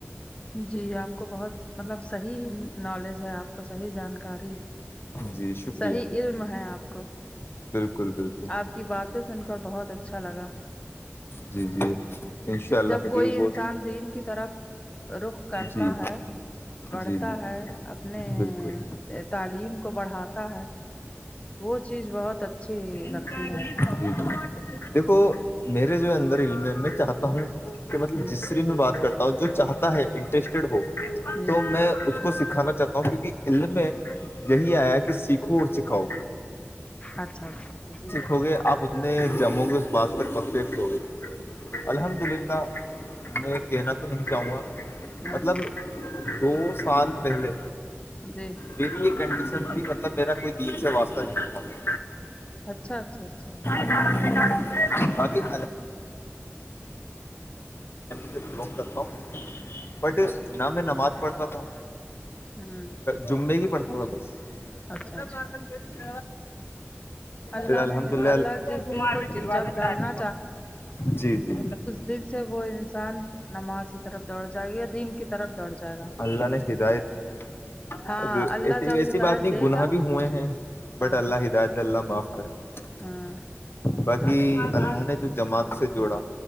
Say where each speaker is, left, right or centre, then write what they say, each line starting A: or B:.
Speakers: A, on the left (about 25°); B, on the left (about 55°).
A: جی آپ کو بہت مطلب صحیح نالج ہے آپ کو صحیح جانکاری ہے
B: جی شکریہ
A: صحیح علم ہے آپ کو
B: بالکل بالکل
A: آپ کی باتیں سن کر بہت اچھا لگا
B: جی جی انشاء اللہ
A: جب
B: مجھے
A: کوئی
B: بھی
A: انسان
B: بہت
A: دین کی طرف رخ کرتا
B: جی
A: ہے بڑھتا
B: جی جی
A: ہے اپنے
B: بالکل
A: تعلیم کو بڑھاتا ہے وہ چیز بہت اچھی لگتی
B: ج
A: ہے
B: ج دیکھو میرے جو اندر علم میں چاہتا ہوں کہ مطلب
A: جی
B: جسری بھی میں بات کرتا ہوں جو چاہتا ہے انٹرسٹیڈ ہو
A: جی
B: تو میں <unintelligible> اس کو سکھانا چاہتا ہوں کیونکہ علم میں یہی آیا کہ سیکھو اور سکھاؤ
A: اچھا اچھا اچھا جی
B: ہو گے آپ اتنے جمو کے اس بات پر پرفیکٹ ہو گے الحمد للہ <unintelligible> میں کہنا تو نہیں چاہوں گا
A: ہوں
B: مطلب دو سال پہلے
A: جی
B: میری یہ کنڈیشن بھی مطلب میرا کوئی دل سے واسطہ نہیں تھا
A: اچھا اچھا اچھا
B: <unintelligible> فملی سے بلونگ کرتا ہوں بٹ نہ میں نماز پڑھتا تھا
A: ہوں
B: جملے ہی پڑتا تھا بس
A: اچھا
B: ج
A: اچھا اللہ
B: ھر الحمد
A: نے
B: للہ
A: اللہ جس دل کو جب ڈالنا
B: جی جی
A: جن سے وہ انسان نماز کی طرف دوڑ جائے گا یا دین کی طرف دوڑ جائے گا
B: اللہان کدائت <unintelligible>
A: ہاں اللہ
B: ایسی
A: جب
B: ایسی
A: ہدایت
B: بات نہیں
A: دے
B: گناہ
A: گا
B: بھی ہوئے ہیں بٹ
A: ہاں
B: اللہ ہداج <unintelligible> ا باپ کرریں <unintelligible>
A: ہاں
B: باقی اللہ نے جو جماعت سے جوڑا